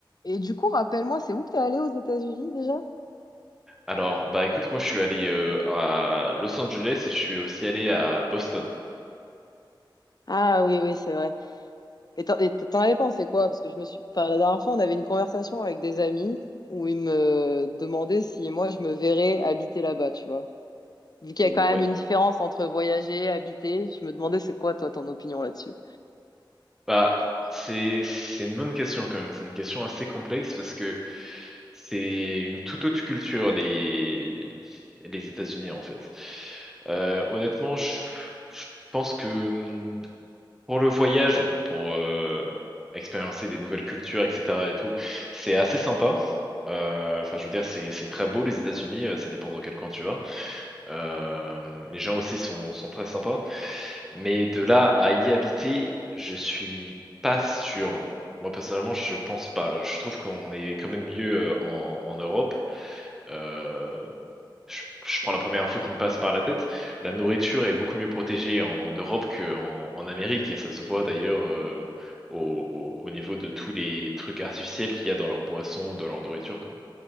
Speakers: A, on the left; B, in the centre.
A: Et du coup, rappelle-moi, c'est où que t'es allé aux États-Unis déjà?
B: Alors, bah écoute, moi je suis allé euh, à Los Angeles et je suis aussi allé à Boston.
A: Ah oui, oui, c'est vrai. Et t'en et t'en avais pensé quoi? Parce que je me suis... Enfin, la dernière fois, on avait une conversation avec des amis où ils me demandaient si moi, je me verrais habiter là-bas, tu vois. Vu qu'il
B: Ouais.
A: y a quand même une différence entre voyager et habiter, je me demandais c'est quoi, toi, ton opinion là-dessus?
B: Bah, c'est c'est une bonne question quand même. C'est une question assez complexe parce que c'est une toute autre culture les les États-Unis en fait. Euh, honnêtement, je, je pense que hum, pour le voyage, pour euh, expérimenter des nouvelles cultures, etc. et tout, c'est assez sympa. Euh, enfin, je veux dire, c'est c'est très beau les États-Unis. euh, Ça dépend dans quel coin tu vas. Euh, les gens aussi sont, sont très sympas. Mais de là à y habiter, je suis pas sûr. Moi, personnellement, je pense pas. Je trouve qu'on est quand même mieux euh, en, en Europe. Euh, je, je prends la première info qui me passe par la tête. La nourriture est beaucoup mieux protégée en Europe qu'en en Amérique. Et ça se voit d'ailleurs euh, au, au- au niveau de tous les trucs artificiels qu'il y a dans leurs boissons, dans leur nourriture, quoi.